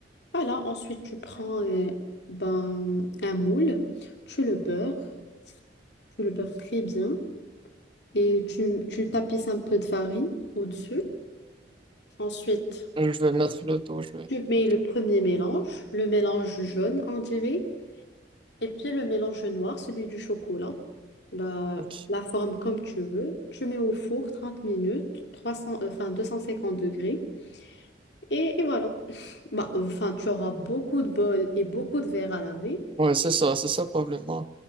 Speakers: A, on the left; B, on the right.
A: voilà, ensuite tu prends euh, ben, un moule, tu le beurres, tu le beurres très bien et tu, tu tapisses un peu de farine au-dessus. Ensuite,
B: Euh, Je vais mettre le dos, je vais.
A: tu mets
B: Ok,
A: le premier mélange, le mélange jaune, on dirait. Et puis le mélange noir, celui du chocolat, bah,
B: ok.
A: la forme comme tu veux. Tu mets au four 30 minutes, 300, euh, enfin 250 degrés. Et, et voilà. <laughs> Bah, enfin, tu auras beaucoup de bols et beaucoup de verres à laver.
B: Ouais, c'est ça, c'est ça le problème. ouais.